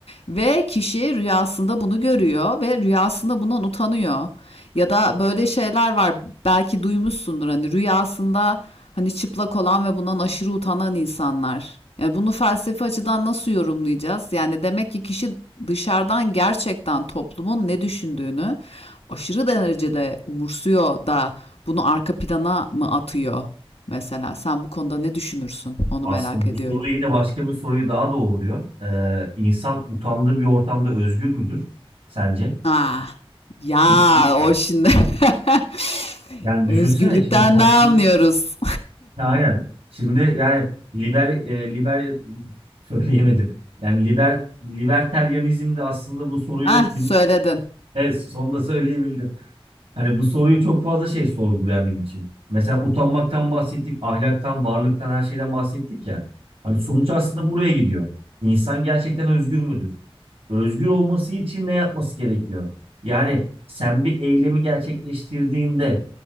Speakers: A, on the left (about 80°); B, on the right (about 80°).
A: ve kişi rüyasında bunu görüyor ve rüyasında bundan utanıyor. Ya da böyle şeyler var belki duymuşsundur hani rüyasında hani çıplak olan ve bundan aşırı utanan insanlar. Yani bunu felsefi açıdan nasıl yorumlayacağız? Yani demek ki kişi dışarıdan gerçekten toplumun ne düşündüğünü aşırı derecede umursuyor da bunu arka plana mı atıyor mesela? Sen bu konuda ne düşünürsün? Onu
B: Aslında
A: merak ediyorum.
B: bu soru yine başka bir soruyu daha doğuruyor. Ee, insan utandığı bir ortamda özgür müdür sence?
A: Ah, ya
B: Kesinlikle.
A: o şimdi <laughs>
B: Yani düşünsene
A: özgürlükten
B: şimdi toplum
A: ne anlıyoruz?
B: aynen. Şimdi yani liber e, liber söyleyemedim. Yani liber liberteryanizm de aslında bu soruyu
A: Ah, söyledin.
B: evet sonunda söyleyebildim. Hani bu soruyu çok fazla şey sorgulayan bir biçim. Mesela utanmaktan bahsettik, ahlaktan, varlıktan, her şeyden bahsettik ya. Hani sonuç
A: Hı hı.
B: aslında buraya gidiyor. İnsan gerçekten özgür müdür? Özgür olması için ne yapması gerekiyor? Yani sen bir eylemi gerçekleştirdiğinde